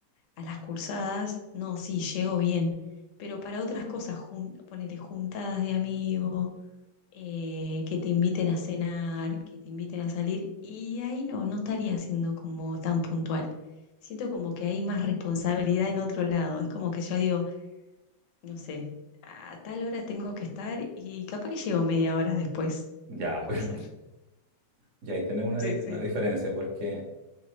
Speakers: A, on the left; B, on the right.
A: a las cursadas, no, sí, llego bien, pero para otras cosas, jun ponele juntadas de amigos, eh, que te inviten a cenar, que te inviten a salir, y ahí no, no estaría siendo como tan puntual. Siento como que hay más responsabilidad en otro lado, es como que yo digo, no sé, a tal hora tengo que estar y capaz que llego media hora después,
B: Ya,
A: puede
B: <laughs> pero
A: ser.
B: Y ahí tenemos una,
A: Sí,
B: di-
A: sí.
B: una diferencia porque